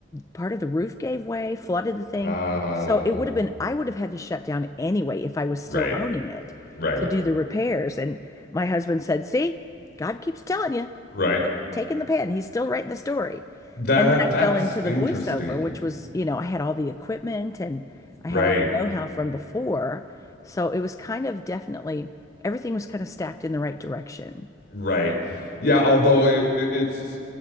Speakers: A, on the left (about 15°); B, on the left (about 50°).
A: part of the roof gave way, flooded the thing.
B: wow,
A: So it would have been, I would have had to shut down anyway if I was still
B: right,
A: owning it
B: right,
A: to do the repairs. And my husband said, See, God keeps telling you,
B: right.
A: quit taking the pen. He's still writing the story.
B: That
A: And then I
B: that's
A: fell into the
B: interesting,
A: voiceover, which was, you know, I had all the equipment and I
B: right.
A: had all the know-how from before. So it was kind of definitely, everything was kind of stacked in the right direction.
B: Right. Yeah, although it, it- it's